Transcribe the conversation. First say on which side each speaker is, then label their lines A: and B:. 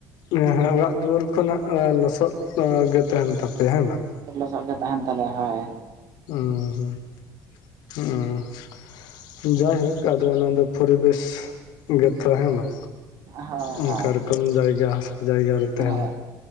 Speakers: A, on the left; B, on the right.
A: ᱮᱸ ᱦᱟ ᱚᱲᱟᱜ ᱫᱩᱣᱟᱹᱨ ᱠᱷᱚᱱᱟᱜ ᱮ ᱞᱚᱥᱚᱫ ᱜᱮ ᱛᱟᱦᱮᱱ ᱛᱟᱯᱮᱭᱟ ᱦᱮᱸ ᱵᱟᱝ?
B: ᱦᱳᱭ ᱞᱚᱥᱚᱫ ᱜᱮ ᱛᱟᱦᱮᱱ ᱛᱟᱞᱮᱭᱟ ᱦᱳᱭ᱾
A: ᱩᱸ-ᱦᱩᱸ, ᱦᱩᱸ-ᱩᱸ᱾ ᱡᱟᱭᱦᱳᱠ ᱟᱫᱚ ᱚᱱᱟ ᱫᱚ ᱯᱚᱨᱤᱵᱮᱥ ᱜᱮᱛᱚ ᱦᱮᱸ ᱢᱟ?
B: ᱦᱳᱭ
A: ᱚᱱᱠᱟ
B: ᱦᱳᱭ
A: ᱨᱚᱠᱚᱢ ᱡᱟᱭᱜᱟ ᱡᱟᱭᱜᱟ ᱨᱮ ᱛᱟᱦᱮᱱ
B: ᱦᱳᱭ